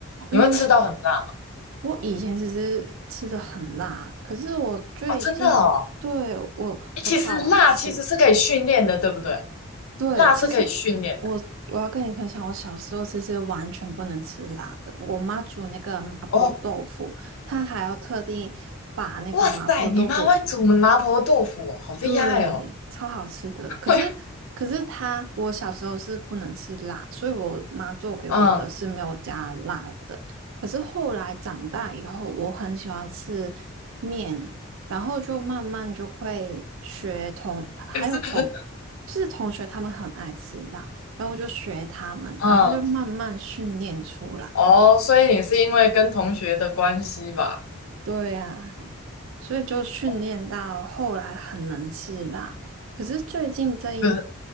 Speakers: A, on the left (about 75°); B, on the right (about 60°).
A: 你会吃到很辣
B: 嗯，我以前其实吃的很辣，可是我最近对我我操啊，
A: 啊？真的哦。诶其实辣其实是可以训练的，
B: 吃。
A: 对不对？
B: 对，
A: 辣是可以训练的。
B: 其实我，我要跟你分享，我小时候其实完全不能吃辣的。我妈煮那个麻婆豆腐，
A: 哦，
B: 她还要特地把那个麻婆豆腐
A: 哇塞，你妈会煮麻婆豆腐哦好厉害哦！
B: 对，超好吃的。可是，
A: 会，
B: 可是它，我小时候是不能吃辣，所以我妈做给我的是没有加辣的。
A: 嗯，
B: 可是后来长大以后，我很喜欢吃面，然后就慢慢就会学同，还有同，
A: 可是，
B: 就是同学他们很爱吃辣，然后我就学他们，
A: 嗯，
B: 然后就慢慢训练出来。
A: 哦，所以你是因为跟同学的关系吧？
B: 对呀、所以就训练到后来很能吃辣。
A: 哦
B: 可是最近这一年，
A: 就是，